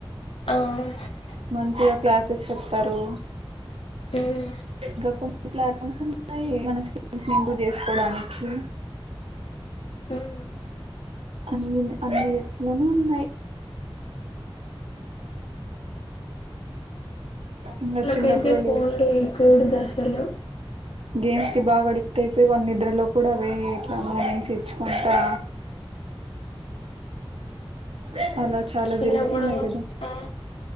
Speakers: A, on the left; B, on the right.
A: ఆ ఉమ్
B: మంచిగా క్లాసెస్ చెప్తారు
A: ఉమ్
B: ఇంకా కొన్ని ప్లాట్స ఫార్మ్స్ ఉన్నాయి మన స్కిల్స్ ని ఇంప్రూవ్ చేసుకోడానికి
A: ఉమ్
B: అన్ని అన్ని రెట్లోనూ ఉన్నాయి ఇంకా
A: వాళ్ళ
B: చిన్న
A: కయితే
B: పిల్లలు
A: ఫోన్లు ఇంక్లుడ్ చేస్తారు
B: గేమ్స్ కి బాగా అడిక్ట్ అయిపోయి వాళ్ళ నిద్రలో కూడా అవే ఎట్లా మార్నింగ్ చెచ్చుకుంటా <unintelligible> అలా చాలా
A: చిన్నప్పుడు
B: జరుగుతున్నాయి కదా
A: ఆ